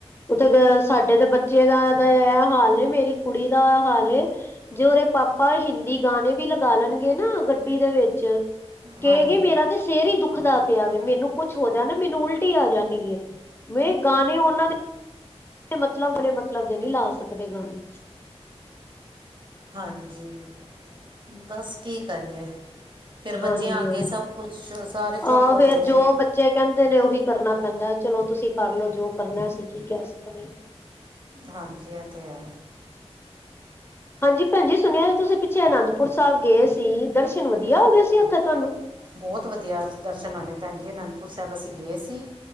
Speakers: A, on the left; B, on the right.
A: ਉਤੇ ਤਾਂ ਸਾਡੇ ਤੇ ਬੱਚੇ ਦਾ ਐ ਹਾਲ ਏ। ਮੇਰੀ ਕੁੜੀ ਦਾ ਐ ਹਾਲ ਏ। ਜੇ ਔਦੇ ਪਾਪਾ ਹਿੰਦੀ ਗਾਣੇ ਵੀ ਲਗਾ ਲੈਣਗੇ ਨਾ ਗੱਡੀ ਦੇ ਵਿੱਚ। ਕੇਗੀ
B: ਹਾਂਜੀ
A: ਮੇਰਾ ਤੇ ਸੇਰ ਈ ਦੁੱਖਦਾ ਪਿਆ ਵੇ ਮੈਨੂੰ ਕੁੱਛ ਹੋ ਜਾਣਾ। ਮੈਨੂੰ ਉਲਟੀ ਈ ਆ ਜਾਣੀ ਏ। ਮੈਂ ਗਾਣੇ ਓਨਾਂ ਦੇ ਮਤਲਬ ਮੇਰੇ ਮਤਲਬ ਦੇ ਨੀ ਲਾ ਸਕਦੇ ਗਾਣੇ।
B: ਹਾਂਜੀ। ਬਸ ਕੀ ਕਰੀਏ? ਫਿਰ ਬੱਚਿਆਂ
A: ਹਾਂਜੀ
B: ਅੱਗੇ
A: ਹਾਂਜੀ
B: ਸਭ ਕੁਛ ਸਾਰੇ ਚੁੱਪ
A: ਆਹ
B: ਹੋ
A: ਫੇਰ
B: ਜਾਂਦੇ
A: ਜੋ
B: ਨੇ।
A: ਬੱਚੇ ਕਹਿੰਦੇ ਨੇ ਔਹੀ ਕਰਨਾ ਪੈਂਦਾ ਚਲੋ ਤੁਸੀਂ ਕਰਲੋ ਜੋ ਕਰਨਾ ਐ। ਅਸੀਂ ਕੀ ਕਹਿ ਸਕਨੇ।
B: ਹਾਂਜੀ ਐ ਤੇ ਹੈ।
A: ਹਾਂਜੀ ਭੈਣ ਜੀ ਸੁਣਿਆ ਤੁਸੀਂ ਪਿੱਛੇ ਅਨੰਦਪੁਰ ਸਾਹਿਬ ਗਏ ਸੀ। ਦਰਸ਼ਨ ਵਧੀਆ ਹੋਗੇ ਸੀ ਓਥੇ ਤੁਹਾਨੂੰ।
B: ਬੋਤ ਵਧੀਆ ਦਰਸ਼ਨ ਆਣੇ ਭੈਣ ਜੀ। ਅਨੰਦਪੁਰ ਸਾਹਿਬ ਅਸੀਂ ਗਏ ਸੀ।